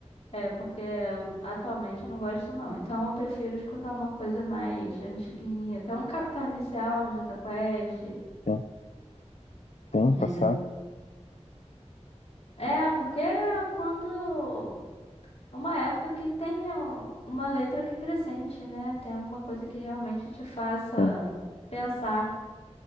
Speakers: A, on the left; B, on the left.
A: É, porque atualmente eu não gosto não. Então eu prefiro escutar uma coisa mais antiguinha. Até um Capital Inicial, um Jota Quest,
B: tem, tem,
A: entendeu?
B: tá certo?
A: É, porque é quando... Uma época que tenha uma letra que acrescente, né? Tem alguma coisa que realmente te faça
B: Tem.
A: pensar,